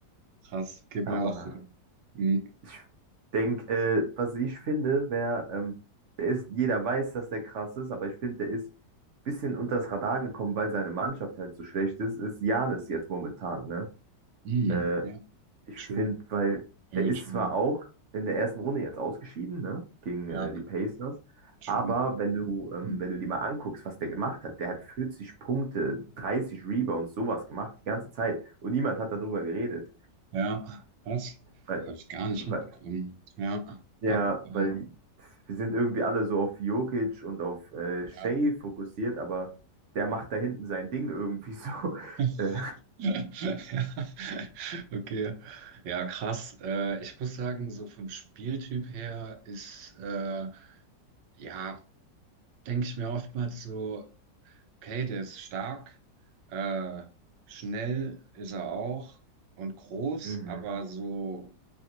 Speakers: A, on the right (about 85°); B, on the right (about 60°).
A: krass, geht
B: aber
A: mir auch so. Hm.
B: ich denke, äh, was ich finde, wäre, ähm, der ist, jeder weiß, dass der krass ist, aber ich finde, der ist ein bisschen unters Radar gekommen, weil seine Mannschaft halt so schlecht ist, ist Giannis jetzt momentan, ne?
A: Hm.
B: Äh,
A: Ja,
B: Ich
A: true.
B: finde, weil
A: Very
B: der ist
A: true.
B: zwar auch in der ersten Runde jetzt ausgeschieden, ne, gegen
A: Ja,
B: äh, die Pacers,
A: true.
B: aber wenn du, ähm,
A: Hm.
B: wenn du dir mal anguckst, was der gemacht hat, der hat 40 Punkte, 30 Rebounds, sowas gemacht die ganze Zeit und niemand hat darüber geredet,
A: Ja, was?
B: weil,
A: Habe ich gar nicht
B: weil
A: mitbekommen. Ja,
B: ja,
A: abgefahren.
B: weil die- wir sind irgendwie alle so auf Jokic und auf äh, Shea
A: Ja.
B: fokussiert, aber der macht da hinten sein Ding irgendwie so. <laughs>
A: <laughs>
B: Äh,
A: Ja. Okay. Ja, krass. Äh, ich muss sagen, so vom Spieltyp her ist, äh, ja, denke ich mir oftmals so, okay, der ist stark, äh, schnell ist er auch und groß,
B: mhm.
A: aber so.